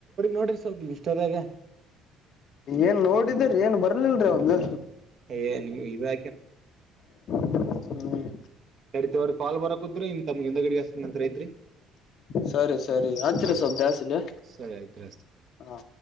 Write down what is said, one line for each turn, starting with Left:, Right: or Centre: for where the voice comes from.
Right: ನೋಡ್ರಿ ಸ್ವಲ್ಪ ಇನ್ಸ್ಟಾದಾಗ
Left: ಏನ್ ನೋಡಿದರಿ ಏನ್ ಬರ್ಲಲ್ರಿ ಒಂದು
Right: ಅ ನೀ ಈ ಬಾ
Left: ಹ್ಮ್ <inaudible>
Right: ಸರಿತಿವ್ರ ಕಾಲ್ ಬರಕೂತ್ರಿ ಇನ್ ತಮ್ಗೆ <inaudible> ಗಡಗಸ್ ನಂತರ ಐತ್ರಿ
Left: ಸರಿ ಸರಿ ಹತ್ತರಿ
Right: ಹಾ
Left: ಸವಪ್ ಜಾಸ್ಲಿ
Right: ಸರಿ ಆಯ್ತ್ರಿ ಹಸ್ತಿನ್
Left: ಹಾ